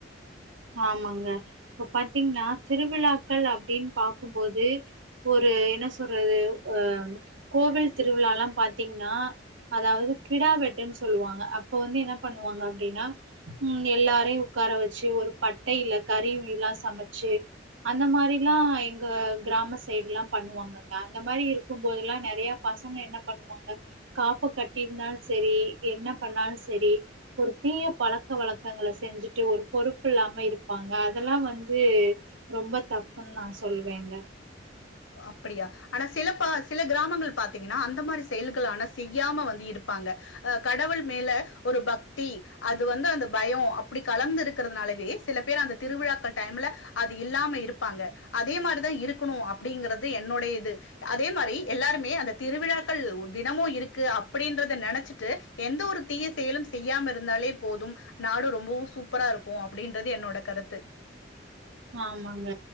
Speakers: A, on the right (about 85°); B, on the left (about 85°).
A: ஆமாங்க இப்ப பாத்தீங்கன்னா திருவிழாக்கள் அப்படின் பாக்கும்போது ஒரு என்ன சொல்றது அஹ் கோவில் திருவிலாலாம் பாத்தீங்னா அதாவது கிடா வெட்டுன் சொல்லுவாங்க அப்ப வந்து என்ன பண்ணுவாங்க அப்டின்னா உஹம் எல்லாரையு உட்கார வச்சு ஒரு வட்டையில கறி மீனுல சமச்சு அந்த மாரிலாம் எங்க கிராம சைடுலாம் பண்ணுவாங்கங்க அந்த மாரி இருக்கும் போதல்லாம் நெறைய பசங்க என்ன பண்ணுவாங்க காப்பு கட்டிருந்தா சரி என்ன பண்ணாலும் சரி ஒரு தீய பழக்க வழக்கங்கள செஞ்சுட்டு ஒரு பொறுப்பு ப்பு இல்லாம இருப்பாங்க அதெல்லாம் வந்து ரொம்ப தப்புன்னு நான் சொல்வேங்க
B: அப்படியா ஆனா சில பல சில கிராமங்கள் பாத்தீங்கன்னா அந்த மாரி செயல்கள ஆனா செய்யாம வந்து இருப்பாங்க அஹ் கடவுள் மேல ஒரு பக்தி அது வந்து அந்த பயம் அப்டி கலந்து இருக்கிறதுனாலவே சில பேர் அந்த திருவிழாக்கள் டைம்ல அது இல்லாம இருப்பாங்க அதே மாரிதா இருக்கனும் அப்டிங்றது என்னுடைய இது அதே மாரி எல்லாருமே அந்த திருவிழாக்கள் தினமும் இருக்கு அப்டின்றத நெனச்சிட்டு எந்த ஒரு தீய செயலும் செய்யாம இருந்தாலே போதும் நாடு ரொம்பவும் சூப்பரா இருக்கும் அப்படின்றது என்னோட கருத்து
A: ஆமாங்க